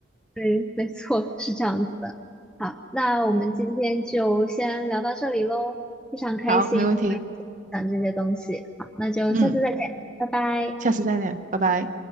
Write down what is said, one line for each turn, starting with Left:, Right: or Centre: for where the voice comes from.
Centre: 对，没错，是这样子的。好，那我们今天就先聊到这里喽，非常开心我们
Right: 好，没问题。
Centre: 讲这些东西。好，那就下次再见，
Right: 嗯，
Centre: 拜拜。
Right: 下次再聊，拜拜。